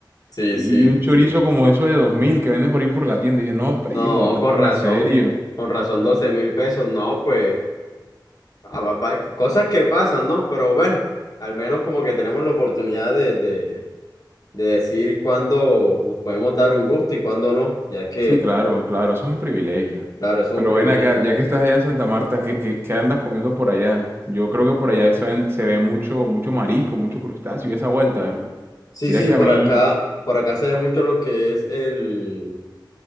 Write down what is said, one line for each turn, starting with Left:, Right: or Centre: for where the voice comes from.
Left: Sí,
Right: Y
Left: sí,
Right: un chorizo
Left: sí.
Right: como eso de 2000 que venden por ahí por la tienda. Y dije, no, primo,
Left: No,
Right: trátame
Left: con razón,
Right: serio.
Left: con razón doce mil pesos, no, pues, ah, va- va- cosas que pasan, ¿no? Pero bueno, al menos como que tenemos la oportunidad de, de, de decir cuándo nos podemos dar un gusto y cuándo no, ya que,
Right: Sí, claro,
Left: pues,
Right: claro, eso es un privilegio.
Left: claro, eso es
Right: Pero
Left: un privilegio.
Right: ven acá, ya que estás allá en Santa Marta, ¿qué, qué- qué andas comiendo por allá? Yo creo que por allá se ven- se ve mucho, mucho marisco, mucho crustáceo y esa vuelta, ¿verdad?
Left: Sí,
Right: Mira
Left: sí,
Right: que
Left: por
Right: a mí,
Left: acá, por acá se ve mucho lo que es el,